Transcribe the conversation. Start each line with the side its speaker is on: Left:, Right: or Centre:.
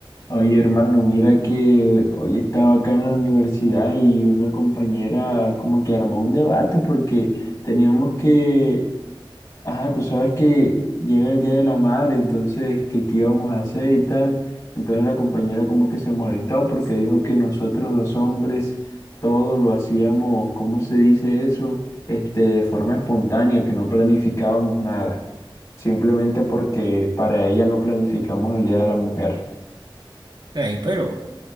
Left: Oye, hermano, mira que hoy estaba acá en la universidad y una compañera como que armó un debate porque teníamos que, ajá, tú sabes que llega el Día de la Madre, entonces, que qué íbamos a hacer y tal. Entonces la compañera como que se molestó porque dijo que nosotros los hombres todo lo hacíamos, ¿cómo se dice eso? Este, de forma espontánea, que no planificábamos nada, simplemente porque para ella no planificamos el Día de la Mujer.
Right: Ey, pero, o